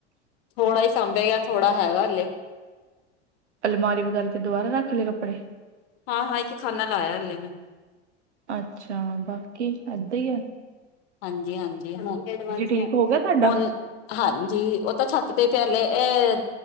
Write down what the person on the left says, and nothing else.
ਥੋੜਾ ਈ ਸਾਂਭਿਆ ਗਿਆ ਥੋੜਾ ਹੈਗਾ ਹੱਲੇ।
ਹਾਂ-ਹਾਂ ਇੱਕ ਖਾਨਾ ਲਾਇਆ ਹਲੇ ਮੈਂ।
ਹਾਂਜੀ-ਹਾਂਜੀ ਹੋ ਗਏ ਐਡਵਾਨਸ,
ਹੋਰ ਹਾਂਜੀ ਓ ਤਾਂ ਛੱਤ ਤੇ ਪਿਆ ਹਲੇ ਏ